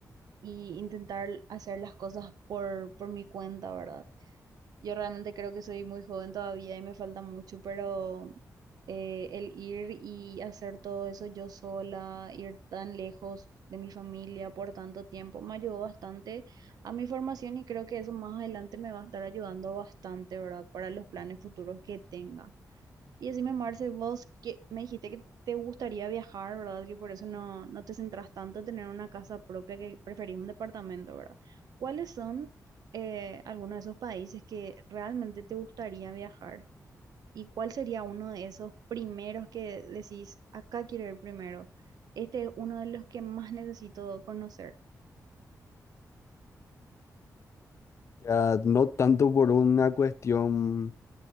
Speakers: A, on the right; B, on the left.
A: y intentar hacer las cosas por, por mi cuenta, ¿verdad? Yo realmente creo que soy muy joven todavía y me falta mucho, pero eh, el ir y hacer todo eso yo sola, ir tan lejos de mi familia por tanto tiempo, me ayudó bastante a mi formación y creo que eso más adelante me va a estar ayudando bastante, ¿verdad? Para los planes futuros que tenga. Y decime, Marce, vos que me dijiste que te gustaría viajar, ¿verdad? Que por eso no, no te centras tanto en tener una casa propia, que preferís un departamento, ¿verdad? ¿Cuáles son eh, algunos de esos países que realmente te gustaría viajar? ¿Y cuál sería uno de esos primeros que decís, acá quiero ir primero? Este es uno de los que más necesito conocer.
B: Ya no tanto por una cuestión